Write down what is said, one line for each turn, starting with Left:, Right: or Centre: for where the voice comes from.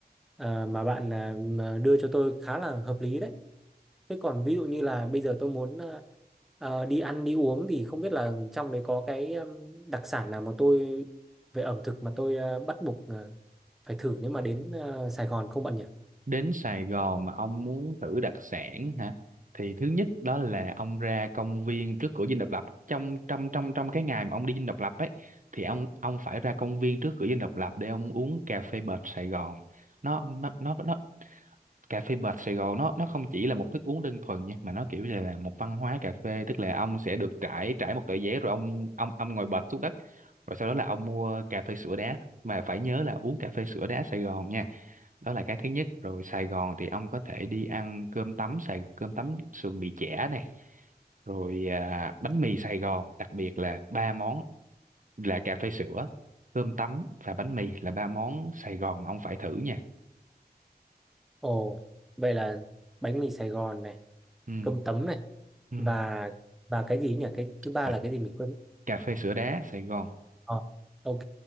Centre: ờ, mà bạn ờ, mà đưa cho tôi khá là hợp lý đấy. Thế còn ví dụ như là bây giờ tôi muốn ờ, ờ, đi ăn đi uống thì không biết là trong đấy có cái ừm, đặc sản nào mà tôi về ẩm thực mà tôi ờ, bắt buộc ờ, phải thử nếu mà đến ờ, Sài Gòn không bạn nhỉ?
Right: đến Sài Gòn mà ông muốn thử đặc sản hả thì thứ nhất đó là ông ra công viên trước cửa Dinh Độc Lập trong trong trong trong cái ngày mà ông đi Dinh Độc Lập ấy thì ông ông phải ra công viên trước cửa Dinh Độc Lập để ông uống cà phê bệt Sài Gòn nó nó nó nó cà phê bệt Sài Gòn nó nó không chỉ là một thức uống đơn thuần nha mà nó kiểu như là một văn hóa cà phê tức là ông sẽ được trải trải một tờ giấy rồi ông ông ông ngồi bệt xuống đất rồi sau đó là ông mua cà phê sữa đá mà phải nhớ là uống cà phê sữa đá Sài Gòn nha đó là cái thứ nhất rồi Sài Gòn thì ông có thể đi ăn cơm tấm Sài cơm tấm sườn bì chả này rồi à, bánh mì Sài Gòn đặc biệt là ba món là cà phê sữa cơm tấm và bánh mì là ba món Sài Gòn mà ông phải thử nha
Centre: Ồ, vậy là bánh mì Sài Gòn này
Right: ừ
Centre: cơm tấm này
Right: ừ
Centre: và và cái gì nhỉ cái thứ ba
Right: và
Centre: là cái gì mình quên mất.
Right: cà phê sữa đá Sài Gòn
Centre: Ờ, ok